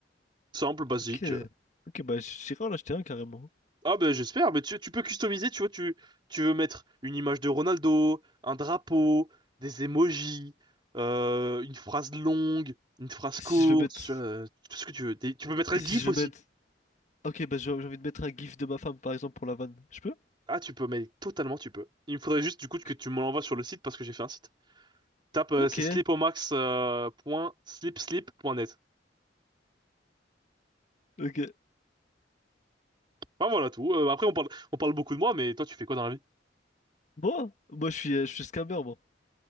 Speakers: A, on the right; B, on the left.
A: Simple, basique.
B: Ok, ok, bah j'irai en acheter un carrément.
A: Ah ben j'espère, mais tu, tu peux customiser, tu vois, tu, tu veux mettre une image de Ronaldo, un drapeau, des emojis, euh, une phrase longue, une phrase
B: Si
A: courte,
B: je veux mettre.
A: tu vois, tout ce que tu veux. Des- tu peux mettre un
B: Si
A: GIF
B: je
A: aussi.
B: veux mettre. Ok, bah j'ai j'ai envie de mettre un gif de ma femme par exemple pour la vanne. Je peux?
A: Ah tu peux, mais totalement tu peux. Il me faudrait juste du coup
B: Ok.
A: que tu me l'envoies sur le site parce que j'ai fait un site. Tape, euh,
B: Ok.
A: c'est slipomax.slipslip.net.
B: Ok.
A: Enfin voilà tout. Euh, après on parle, on parle beaucoup de moi, mais toi tu fais quoi dans la vie?
B: Moi? Moi je suis, euh, je suis scammer, moi.